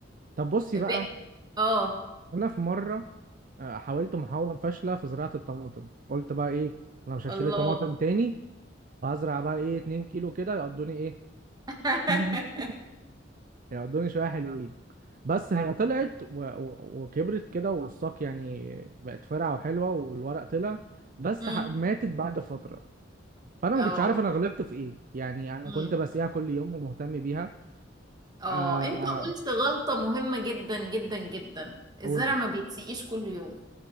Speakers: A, on the right; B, on the right.
A: طب بصي
B: ب...
A: بقى
B: اه
A: انا في مره آه، حاولت محاوله فاشله في زراعه الطماطم قلت بقى ايه انا مش هشتري
B: الله
A: طماطم تاني وهزرع بقى ايه 2 كيلو كده يقضوني ايه
B: <laughs>
A: <laughs> يقعدوني شوية حلوين بس هي طلعت و... و... وكبرت كده والساق يعني بقت فرعة وحلوة والورق طلع بس
B: امم
A: ح... ماتت بعد فترة فأنا
B: اه
A: ما كنتش عارف أنا غلطت في إيه يعني أنا
B: امم
A: كنت بسقيها كل يوم ومهتم بيها
B: اه
A: آه...
B: انت قلت غلطة مهمة جدا جدا جدا الزرع
A: أقول
B: ما بيتسقيش كل يوم